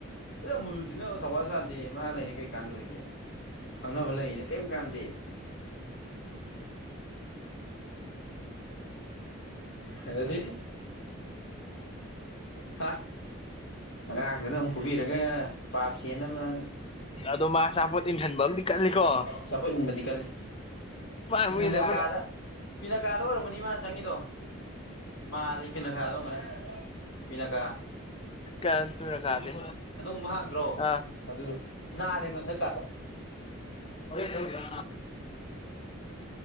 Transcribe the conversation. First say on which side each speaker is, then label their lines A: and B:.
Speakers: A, on the left; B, on the left.
A: ꯑꯗ ꯑꯃꯨꯜꯁꯤꯅ ꯊꯧꯋꯥꯜ ꯁꯥꯗꯦ ꯃꯥ ꯂꯩꯔꯤ ꯀꯩ ꯀꯥꯟꯗꯣꯔꯤꯒꯦ ꯈꯪꯅꯕ ꯂꯩꯅꯦ ꯀꯩꯝ ꯀꯥꯟꯗꯦ <inaudible> ꯍ ꯁꯤ ꯍꯥ ꯑꯉꯥꯡꯗꯨꯗ ꯑꯃꯨꯛ ꯐꯨꯕꯤꯔꯒ ꯄꯥꯞ ꯆꯦꯅ ꯑꯃ
B: ꯑꯗꯣ ꯃꯥ ꯑꯆꯥꯄꯣꯠ ꯏꯟꯍꯟꯕ ꯑꯃꯗꯤ ꯀꯜꯂꯤꯀꯣ
A: ꯆꯄ ꯏꯟꯕꯗꯤ ꯀꯜꯂꯤ
B: ꯃꯥꯅ
A: ꯄꯤꯅꯀꯥꯗ ꯄꯤꯅꯀꯥꯗ ꯑꯣꯏꯔꯝꯒꯅꯤ ꯃꯥꯅ ꯆꯪꯉꯗꯣ ꯃꯥꯜꯂꯤ ꯐꯤꯅꯈꯥꯗꯣꯡꯣꯡꯒꯅꯤ ꯐꯤꯅꯈꯥ
B: ꯏ ꯀꯅ ꯀꯥꯗꯦ
A: ꯑꯃ ꯍꯥꯡꯗ꯭ꯔꯣ
B: ꯑ
A: ꯑꯗꯨꯗꯣ ꯅ ꯂꯩꯦ ꯃ ꯊꯀꯥꯇ
B: ꯍ ꯊꯒ